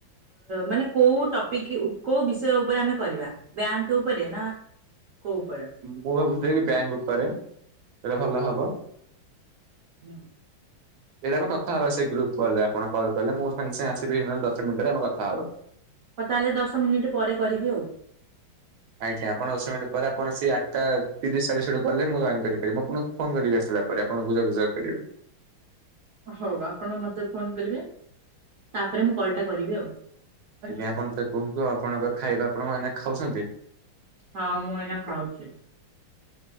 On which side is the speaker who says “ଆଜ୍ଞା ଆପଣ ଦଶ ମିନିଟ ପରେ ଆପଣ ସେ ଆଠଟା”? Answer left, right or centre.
Right